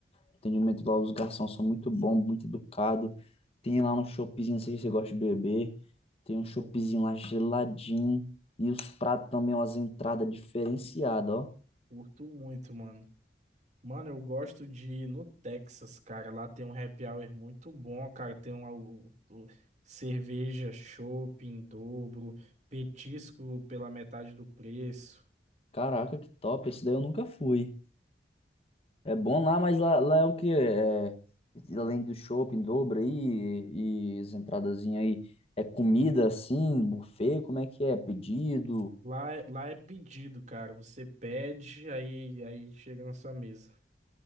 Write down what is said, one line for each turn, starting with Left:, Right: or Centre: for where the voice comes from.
Left: O Atendimento lá, os garçons são muito bons, muito educados. Tem lá um choppzinho, não sei se você gosta de beber. Tem um choppzinho
Right: Pô,
Left: lá geladinho. E os pratos também, umas entradas diferenciadas, ó.
Right: curto muito, mano. Mano, eu gosto de ir no Texas, cara. Lá tem um happy hour muito bom, cara. Tem uma, o- o- cerveja chopp em dobro, petisco pela metade do preço.
Left: Caraca, que top. Esse daí eu nunca fui. É bom lá, mas lá, lá é o quê? É, além do shopping em dobro aí e, e as entradazinhas aí, é comida assim, buffet, como é que é? Pedido?
Right: Lá, é- lá é pedido, cara. Você pede, aí, aí chega na sua mesa.